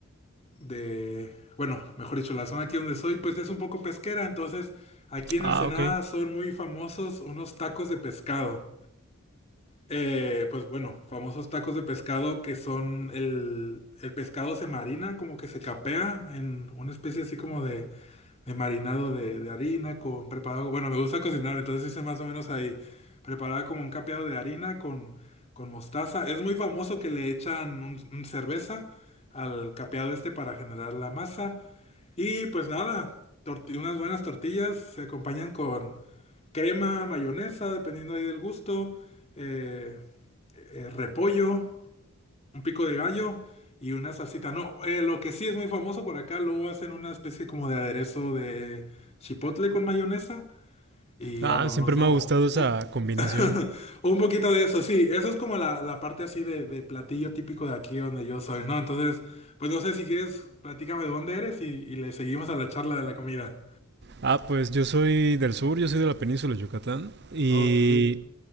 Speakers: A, on the left; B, on the right.
A: de, bueno, mejor dicho, la zona aquí donde soy, pues es un poco pesquera, entonces aquí en
B: Ah,
A: Ensenada
B: ok.
A: son muy famosos unos tacos de pescado. Eh, pues bueno, famosos tacos de pescado que son el, el pescado se marina, como que se capea en una especie así como de de marinado de, de harina con preparado. Bueno, me gusta cocinar, entonces hice más o menos ahí. preparaba como un capeado de harina con, con mostaza. Es muy famoso que le echan un, un cerveza al capeado este para generar la masa. Y pues nada, torti- unas buenas tortillas se acompañan con crema, mayonesa, dependiendo ahí del gusto, eh, eh, repollo un pico de gallo y una salsita. No, eh, lo que sí es muy famoso por acá, luego hacen una especie como de aderezo de chipotle con mayonesa y
B: Ah,
A: vámonos,
B: siempre
A: ¿no?
B: me ha gustado esa
A: Un,
B: combinación.
A: <laughs> un poquito de eso, sí, eso es como la, la parte así de, de platillo típico de aquí donde yo soy, ¿no? Entonces, pues no sé si quieres, platícame de dónde eres y, y le seguimos a la charla de la comida.
B: Ah, pues yo soy del sur, yo soy de la península de Yucatán. Y
A: Ok.